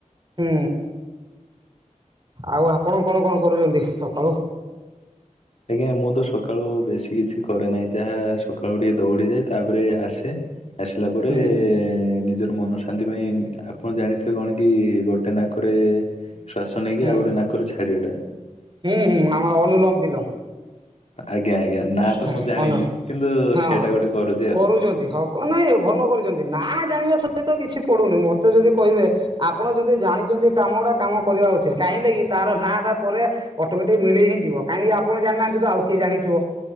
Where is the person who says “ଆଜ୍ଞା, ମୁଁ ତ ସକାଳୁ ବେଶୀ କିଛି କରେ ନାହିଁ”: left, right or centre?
Left